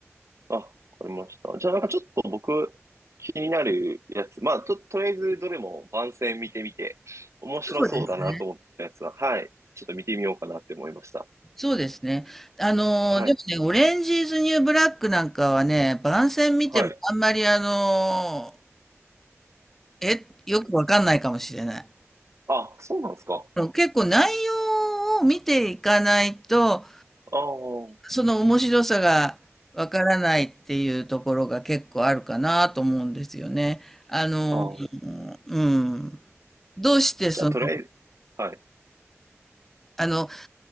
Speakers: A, on the right; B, in the centre.
A: あ、わかりました。じゃあなんかちょっと僕、気になるやつ、まあ、と、とりあえずどれも番宣見てみて、面白そうだなと思ったやつは、
B: そうですね。
A: はい。ちょっと見てみようかなって思いました。
B: そうですね。あのー、
A: はい。
B: でもね、オレンジーズニューブラックなんかはね、番宣見てもあんまりあの
A: はい。
B: ー、え、よくわかんないかもしれない。
A: あ、そうなんですか。
B: 結構内容を見ていかないと、
A: ああ、
B: その面白さがわからないっていうところが結構あるかなと思うんですよね。あのー、
A: ああ。
B: うん。どうしてその、
A: じゃあとりあえず、はい。
B: あの、